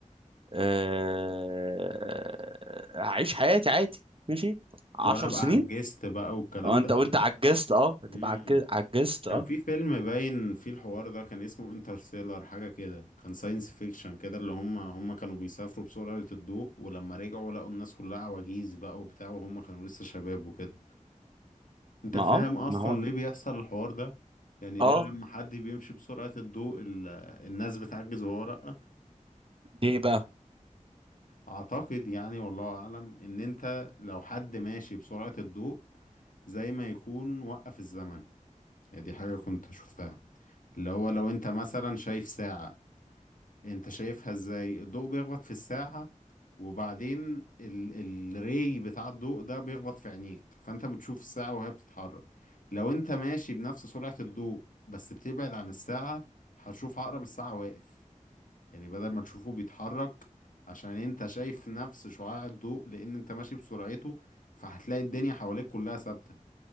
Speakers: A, on the right; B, on the left.
A: أه... هعيش حياتي عادي ماشي عشر
B: وانا بقى
A: سنين
B: عجزت بقى والكلام
A: وانت
B: ده
A: وانت عجزت اه هتبقى
B: مم.
A: عجز- عجزت
B: كان
A: اه
B: في فيلم باين فيه الحوار ده كان اسمه انترستيلر حاجة كده كان ساينس فيكشن كده اللي هم هم كانوا بيسافروا بسرعة الضوء ولما رجعوا لقوا الناس كلها عواجيز بقى وبتاع وهم كانوا لسه شباب وكده انت
A: ما
B: فاهم
A: اه
B: اصلا
A: ما هو
B: ليه بيحصل الحوار ده يعني
A: اه
B: ليه لما حد بيمشي بسرعة الضوء ال- الناس بتعجز وهو لأ
A: ليه بقى
B: اعتقد يعني والله اعلم ان انت لو حد ماشي بسرعة الضوء زي ما يكون وقف الزمن يعني دي حاجة كنت شفتها اللي هو لو انت مثلا شايف ساعة انت شايفها ازاي الضوء بيخبط في الساعة وبعدين ال الري بتاع الضوء ده بيخبط في عينيك فانت بتشوف الساعة وهي بتتحرك لو انت ماشي بنفس سرعة الضوء بس بتبعد عن الساعة هتشوف عقرب الساعة واقف يعني بدل ما تشوفه بيتحرك عشان انت شايف نفس شعاع الضوء لان انت ماشي بسرعته فهتلاقي الدنيا حواليك كلها ثابتة